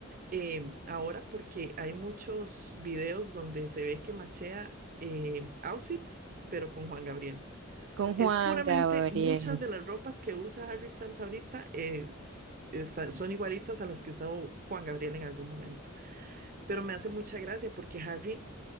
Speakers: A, on the right (about 45°); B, on the right (about 65°).
A: eh, ahora porque hay muchos videos donde se ve que machea eh, outfits, pero con Juan Gabriel.
B: Con
A: Es
B: Juan
A: puramente
B: Gabriel.
A: muchas de las ropas que usa Harry Styles ahorita eh, s- están- son igualitas a las que usó Juan Gabriel en algún momento. Pero me hace mucha gracia porque Harry